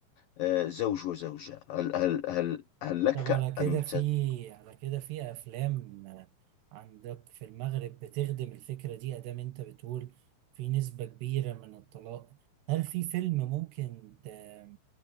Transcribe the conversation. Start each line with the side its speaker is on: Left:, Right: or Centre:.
Left: آه، زوج وزوجة هل, هل, هل, هل لك
Right: طب على كده
Left: أن
Right: في
Left: تت...
Right: على كده في افلام آه، عندك في المغرب بتخدم الفكرة دي ادام انت بتقول في نسبة كبيرة من الطلاق هل في فيلم ممكن ت-